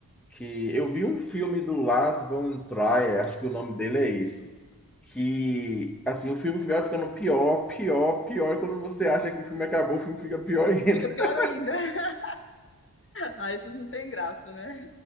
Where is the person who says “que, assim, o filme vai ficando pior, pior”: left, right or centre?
Centre